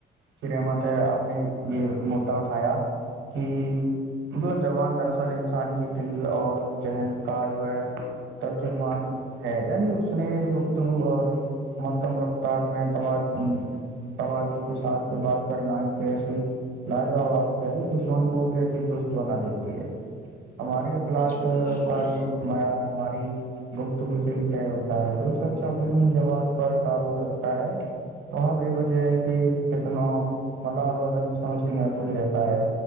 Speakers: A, on the right; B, on the left.
A: کی رحمت ہے اب نے یہ مدا اٹھایا کہ مطلب زبان دراصل انسان کے دل اور ذہن کا جو ہے ترجرمان ہے یعنی اس نے گفتگو اور مدم رفتار میں توازن کے ساتھ بات کرنا ایک ایسی لاجواب عادت ہے یہ دشمن کو بھی عجیب دوست بنا دیتی ہے ہماری کلاس
B: جی جی بالکل
A: کا جو معیار ہماری گپتگو سے ہی طے ہوتا ہے جو شخص اپنی زبان قابو رکھتا ہے وہ بھی وجہ ہے کہ کتنا ملال اور رنج محبظ رہتا ہے